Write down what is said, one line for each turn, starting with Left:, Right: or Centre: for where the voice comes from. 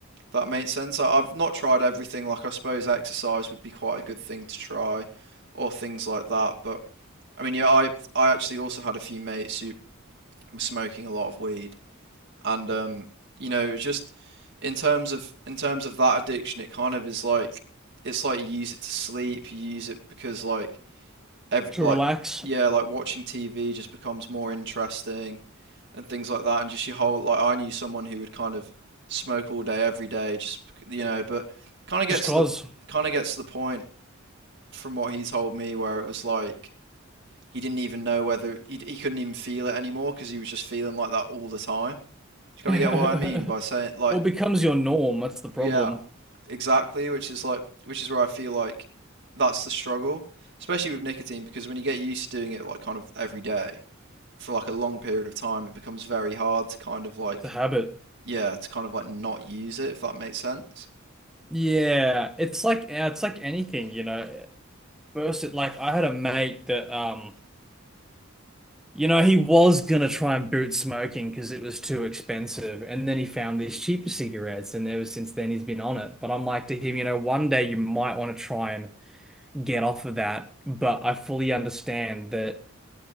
Right: that makes sense. I- have not tried everything. Like, I suppose exercise would be quite a good thing to try, or things like that. But I mean, yeah, I I actually also had a few mates who were smoking a lot of weed, and um, you know, it was just in terms of in terms of that addiction, it kind of is like it's like you use it to sleep. You use it because like every
Centre: To
Right: like
Centre: relax,
Right: yeah, like watching TV just becomes more interesting and things like that, and just your whole like I knew someone who would kind of smoke all day, every day, just you know, but kind of gets
Centre: just cause.
Right: to the kind of gets to the point from what he told me where it was like he didn't even know whether he, he couldn't even feel it anymore because he was just feeling like that all the time. Do you kind
Centre: <laughs>
Right: of get what I mean by saying like
Centre: What becomes your norm? That's the problem.
Right: yeah, exactly, which is like which is where I feel like that's the struggle, especially with nicotine because when you get used to doing it like kind of every day for like a long period of time, it becomes very hard to kind of like
Centre: It's a habit.
Right: yeah, to kind of like not use it, if that makes sense.
Centre: Yeah, it's like it's like anything, you know. First, it like I had a mate that um You know, he was gonna try and boot smoking because it was too expensive, and then he found these cheaper cigarettes, and ever since then he's been on it. But I'm like to him, you know, one day you might want to try and get off of that. But I fully understand that,